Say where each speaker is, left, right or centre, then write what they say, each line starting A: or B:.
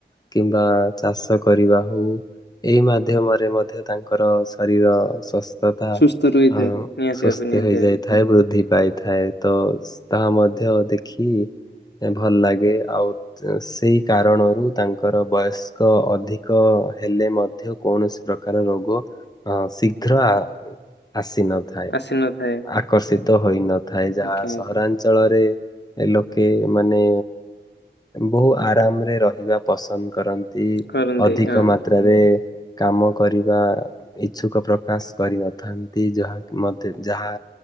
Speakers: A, on the left; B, on the left.
A: କିମ୍ବା ଚାଷ କରିବା ହଉ। ଏଇ ମାଧ୍ୟମରେ ମଧ୍ୟ ତାଙ୍କର ଶରୀର ସସ୍ଥତା
B: ସୁସ୍ଥ ରହିଥାଏ
A: ଆ
B: ନିହାତି
A: ସୁସ୍ଥ
B: ଭାବେ ନିହାତି
A: ହେଇଯାଇଥାଏ
B: ଭାବେ
A: ବୃଦ୍ଧି ଗାଇଥାଏ ତ ତାହା ମଧ୍ୟ ଦେଖି ଭଲ ଲାଗେ ଆଉ ସେଇ କାରଣରୁ ତାଙ୍କର ବୟସ୍କ ଅଧିକ ହେଲେ ମଧ୍ୟ କୌଣସି ପ୍ରକାର ରୋଗ ଆ ଶି ଶୀଘ୍ର ଆସିନଥାଏ
B: ଆସିନଥାଏ
A: ଆକର୍ଷିତ ହୋଇନଥାଏ। ଥାଏ ଯାହା
B: ଆଜ୍ଞା ଆଜ୍ଞା
A: ସହରାଞ୍ଚଳରେ ଲୋକେ ମାନେ ବହୁ ଆରାମରେ ରହିବା ପସନ୍ଦ କରନ୍ତି।
B: କରନ୍ତି
A: ଅଧିକ
B: ହଁ।
A: ମାତ୍ରାରେ କାମ କରିବା ଇଚ୍ଛୁକ ପ୍ର ପ୍ରକାଶ କରିନଥାନ୍ତି ଯାହା ମତେ ଯାହା